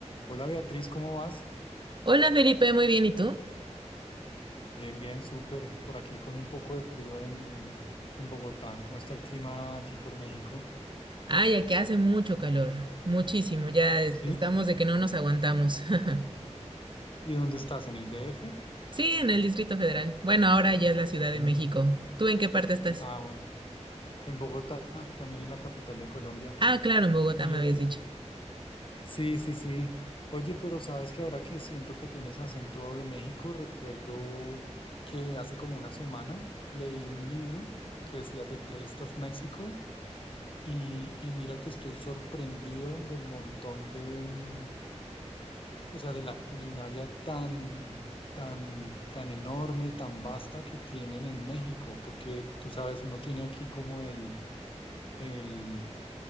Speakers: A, on the left (about 45°); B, on the right (about 40°).
A: Hola Beatriz, ¿cómo vas?
B: Hola Felipe, muy bien, ¿y tú?
A: Bien, bien, súper. Por aquí con un poco de frío en, en Bogotá. ¿Cómo está el clima allí por México?
B: Ay, aquí hace mucho calor, muchísimo, ya es-
A: ¿Sí?
B: estamos de que no nos aguantamos. <laughs>
A: ¿Y dónde estás? ¿En el DF?
B: Sí, en el Distrito Federal. Bueno, ahora ya es la Ciudad de
A: Mm,
B: México. ¿Tú en qué parte estás?
A: Ah, bueno. En Bogotá, también en la capital de Colombia.
B: Ah, claro, en Bogotá
A: ¿Y
B: me
A: oye?
B: habías dicho.
A: Sí, sí, sí. Oye, pero sabes que ahora que siento que tienes acento de México, recuerdo que hace como una semana leí un libro que decía The Taste of Mexico y, y mira que estoy sorprendido del montón de... mm, o sea, de la culinaria tan, tan, tan enorme, tan vasta que tienen en México, porque tú sabes, uno tiene aquí como el, el,